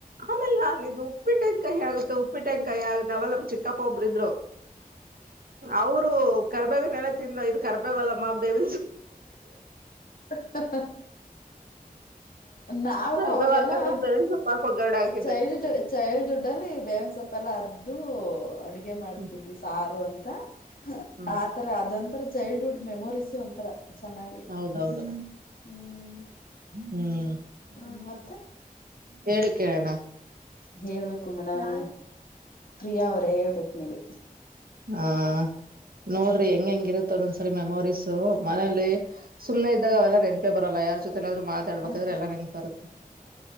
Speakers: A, on the right; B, on the left.
A: ಆಮೇಲ್ಲ ಆಿದದು ಉಪ್ಪಿಟ್ಟಂಗ ಕಹಿ ಆಗುತ್ತೆ ಉ. ಉಪ್ಪಿಟ್ಟು ಯಾಕೆ ಕಹಿ ಯಗದ ಅವಲ್ಲ ಚಿಕ್ಕಿ. ಚಿಕ್ಕಪ್ಪ ಒಬ್ರ ಇದ್ರು ಅವರು ಕರ್ಬವ ಎಲೆ ತಿಂದ ಇದ. ಗರ್ಬೆವಲ ಮಾ ಬೇವ.
B: ಹ ನಾವು
A: ಕರ್ಬೇವ್
B: ಅವಾಗೆಲ್ಲ.
A: ಹಾಕದ್ಬಿಟ್ಟು ಬೇವಿನ ಸೊಪ್ಪು ಹಾಕ್ ಒಗ್ಗರಣೆ ಹಾಕಿದ್ದೆ
B: ಚೈಲ್ಡ್ಡ್ ಚೈಲ್ಡ್ಹುಡ್ ಅಲ್ಲಿ ಬೇವಿನ ಸೊಪ್ಪೆ ಎಲ್ಲ ಅರ್ದು ಅಡಿಗೆ. ಮಾಡ್ತಿದ್ವಿ
A: ಹ್ಮ್
B: ಸಾರು ಅಂತ
A: ಹ್ಮ್
B: ಆತರ ಅದೊಂತರ ಚೈಲ್ಡ್ಹುಡ್ ಮೆಮೊರೀಸ್ ಒಂಥರ. ಚೆನ್ನಾಗಿ.
A: ಹೌದೌದು
B: ಹ್ಮ್
A: ಹ್ಮ್
B: ಹ ಮತ್ತೆ.
A: ಹೇಳಿ ಕೇಳೋಣ.
B: ಹೇಳ್ಬೇಕು ಮೇಡಮ್ ಪ್ರಿಯಾ ಅವರೇ ಹೇಳ್ಬೇಕಕ್ ನೀವ್.
A: ಹಾ ನೋಡ್ರಿ ಹೆಂಗ್ ಹೆಂಗಿರುತ್ತಲ್ಲೊಂದ್ಸರಿ ಮೆಮೊರೀಸು ಮನೇಲಿ. ಸುಮ್ಮನೆ ಇದ್ದಾಗ ಅವೆಲ್ಲ ನೆನ್ಪೆ ಬರಲ್ಲ ಯಾರ್ ಜೊತೆ ಏನಾದ್ರು ಮಾತಾಡ್ಬೇಕಾದ್ರೆ
B: ಹ
A: ಎಲ್ಲಾ ನೆನ್ಪ ಬರುತ್ತೆ.